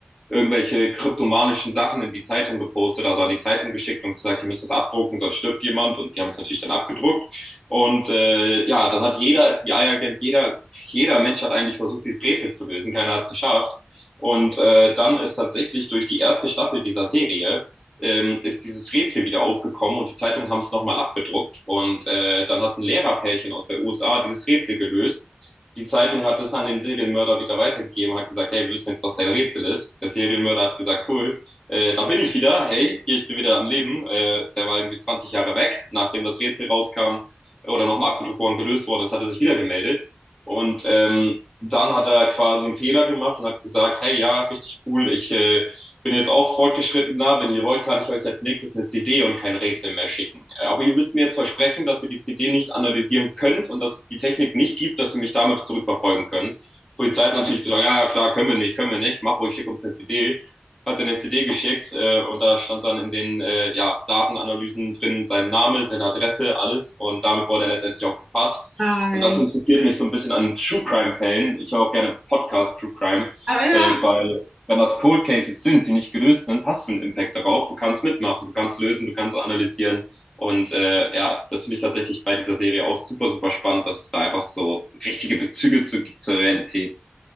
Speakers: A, on the left; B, on the right.
A: irgendwelche kryptomanischen Sachen in die Zeitung gepostet, also an die Zeitung geschickt und gesagt, ihr müsst das abdrucken, sonst stirbt jemand. Und die haben es natürlich dann abgedruckt. Und äh, ja, dann hat jeder FBI-Agent, jeder, jeder Mensch hat eigentlich versucht, dieses Rätsel zu lösen. Keiner hat es geschafft. Und äh, dann ist tatsächlich durch die erste Staffel dieser Serie ähm, ist dieses Rätsel wieder aufgekommen und die Zeitungen haben es nochmal abgedruckt. Und äh, dann hat ein Lehrerpärchen aus der USA dieses Rätsel gelöst. Die Zeitung hat es an den Serienmörder wieder weitergegeben, hat gesagt, hey, wir wissen jetzt, was dein Rätsel ist. Der Serienmörder hat gesagt, cool, äh, da bin ich wieder, hey, hier, ich bin wieder am Leben. Äh, der war irgendwie 20 Jahre weg, nachdem das Rätsel rauskam oder nochmal abgedruckt worden, gelöst worden ist, hat er sich wieder gemeldet. Und ähm, dann hat er quasi einen Fehler gemacht und hat gesagt, hey, ja, richtig cool, ich äh, bin jetzt auch fortgeschrittener, wenn ihr wollt, kann ich euch als nächstes eine CD und kein Rätsel mehr schicken. Aber ihr müsst mir jetzt versprechen, dass ihr die CD nicht analysieren könnt und dass es die Technik nicht gibt, dass ihr mich damit zurückverfolgen könnt. Die Polizei hat natürlich gesagt, ja, klar, können wir nicht, können wir nicht, mach ruhig, schick uns eine CD. Hat dann eine CD geschickt äh, und da stand dann in den äh, ja, Datenanalysen drin sein Name, seine Adresse, alles und damit wurde er letztendlich auch gefasst
B: nein.
A: und das interessiert mich so ein bisschen an True Crime-Fällen. Ich höre auch gerne Podcast True Crime,
B: Aber ja,
A: äh, weil wenn das Cold Cases sind, die nicht gelöst sind, hast du einen Impact darauf. Du kannst mitmachen, du kannst lösen, du kannst analysieren. Und äh, ja, das finde ich tatsächlich bei dieser Serie auch super, super spannend, dass es da einfach so richtige Bezüge zu, zur Realität